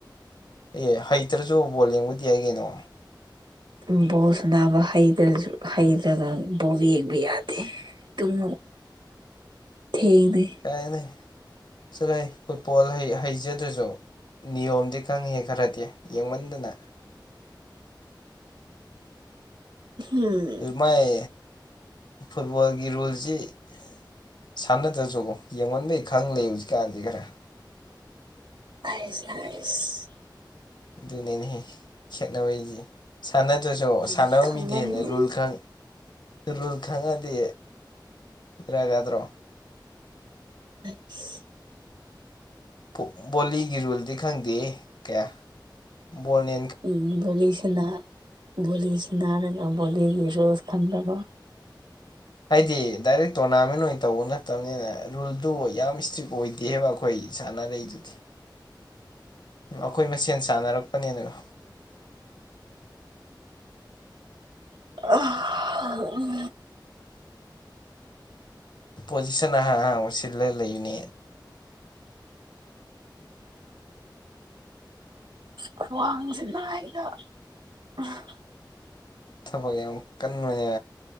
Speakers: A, on the left; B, on the right.
A: ꯑꯦ ꯍꯩꯇ꯭ꯔꯁꯨ ꯕꯣꯜ ꯌꯦꯡꯕꯗꯤ ꯌꯥꯏ ꯀꯩꯅꯣ
B: <inaudible> ꯕꯣꯔ ꯁꯅꯕ ꯍꯩꯗꯁꯨ ꯍꯩꯗ꯭ꯔꯒ ꯕꯣꯔ ꯌꯦꯡꯕ ꯌꯥꯗꯦ ꯇꯨꯃꯣ ꯊꯦꯡꯗꯦ
A: ꯀꯩꯅꯤ ꯆꯠꯂꯥꯍꯦ ꯐꯨꯠꯕꯣꯜ ꯍꯩ ꯍꯩꯖꯗ꯭ꯔꯁꯨ ꯅꯤꯌꯣꯝꯗꯤ ꯀꯪꯉꯦ ꯈꯔꯗꯤ ꯌꯦꯡꯃꯟꯗꯅ
B: ꯎꯝ
A: ꯃꯥꯏ ꯐꯨꯠꯕꯣꯜꯒꯤ ꯔꯨꯜꯁꯤ ꯁꯥꯟꯅꯗ꯭ꯔꯁꯨꯀꯣ ꯌꯦꯡꯉꯣꯟꯕꯩ ꯈꯪ ꯂꯩ ꯍꯧꯖꯤꯛꯀꯥꯟꯗꯤ ꯈꯔ
B: ꯑꯥꯏꯁ ꯍꯥꯏꯁ
A: ꯑꯗꯨꯅꯦꯅꯦꯍꯦ ꯈꯦꯠꯅꯕꯩꯗꯤ ꯁꯥꯟꯅꯗ꯭ꯔꯁꯨ
B: ꯎꯝ
A: ꯁꯥꯟꯅꯕ
B: ꯈꯪꯂꯝꯅꯤ
A: ꯃꯤꯗꯤꯍꯦꯟꯅꯥ ꯔꯨꯜ ꯈꯪ ꯔꯨꯜ ꯈꯪꯉꯗꯤ ꯏꯂꯥꯢ ꯂꯥꯏꯗ꯭ꯔꯣ
B: <inaudible>
A: ꯄꯣ ꯕꯣꯂꯤꯒꯤ ꯔꯨꯜꯗꯤ ꯈꯪꯗꯦꯍꯦ ꯀꯌꯥ ꯕꯣꯜꯅꯦ
B: ꯎꯝ ꯙꯣꯂꯤꯁꯅꯥ ꯕꯣꯂꯤꯁꯤꯅꯥꯔꯒ ꯕꯣꯂꯤꯒꯤ ꯔꯨꯁ ꯈꯪꯗꯕ
A: ꯍꯥꯏꯗꯤ ꯗꯥꯏꯔꯦꯛ ꯇꯣꯔꯅꯥꯃꯦꯟ ꯑꯣꯏ ꯇꯧꯕ ꯅꯠꯇꯝꯅꯤꯅ ꯔꯨꯜꯗꯨ ꯌꯥꯝ ꯏꯁꯇ꯭ꯔꯤꯛ ꯑꯣꯏꯗꯦꯕ ꯈꯣꯏ ꯁꯥꯟꯅꯔꯛꯏꯗꯨꯗꯤ
B: <inaudible>
A: ꯑꯈꯣꯏ ꯃꯁꯦꯟ ꯁꯥꯟꯅꯔꯛꯄꯅꯦꯅ
B: <unintelligible>
A: ꯄꯣꯖꯤꯁꯟ ꯑꯍꯥꯟ ꯑꯍꯥꯟ ꯁꯤꯜꯂ ꯂꯩꯅꯦ
B: ꯈ꯭ꯋꯥꯡꯖꯤꯅꯥꯏꯗ <inaudible>
A: ꯊꯕꯛ ꯌꯥꯝ ꯀꯟꯕꯅꯦ